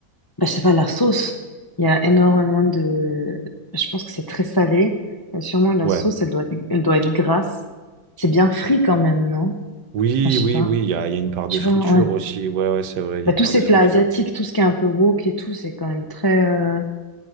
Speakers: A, on the left; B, on the right.
A: Bah, je sais pas, la sauce. Il y a énormément de... Je pense que c'est très salé. Et sûrement, la
B: Ouais.
A: sauce, elle doit être, elle doit être grasse. C'est bien frit quand même, non?
B: Oui,
A: Bah, je
B: oui,
A: sais pas.
B: oui, il y a, il y a une part
A: Tu
B: de friture
A: vois, ouais.
B: aussi. Ouais, ouais, c'est vrai, il
A: Bah,
B: y a une
A: tous
B: part
A: ces
B: de friture.
A: plats asiatiques, tout ce qui est un peu wok et tout, c'est quand même très... euh,